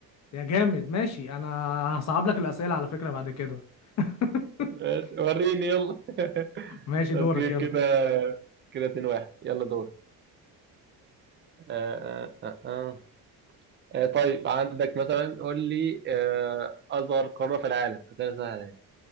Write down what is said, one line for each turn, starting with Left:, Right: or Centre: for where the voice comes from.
Left: يا جامد ماشي انا هصعب لك الاسئله على فكره بعد كده <laughs>
Right: ماشي وريني يلا <laughs>
Left: ماشي دورك
Right: أوكي
Left: يلا
Right: كده كده اتنين واحد يلا دور آه آه آه آه. آه طيب عندك مثلا قول لي آه أصغر قارة في العالم أسئلة سهلة يعني